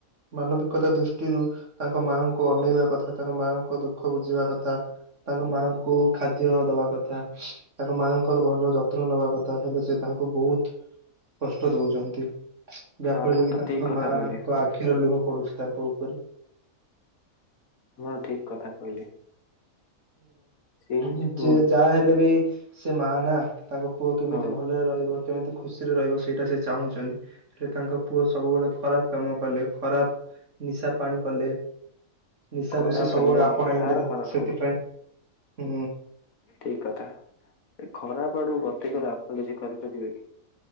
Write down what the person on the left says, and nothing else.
ଆପଣ
ତ
ଠିକ କଥା
କହିଲେ
ହଁ ଠିକ୍ କଥା କହିଲେ? ସେ
ସବୁ
ହଁ
ଖରାପ
ହେଲେ
କାହାର ଖରାପ
ହବ
ଠିକ୍ କଥା ଏ ଖରାପ ଆଡୁ ଗତେ କଲେ ଆପଣ କିଛି କରିପାରିବେ କି?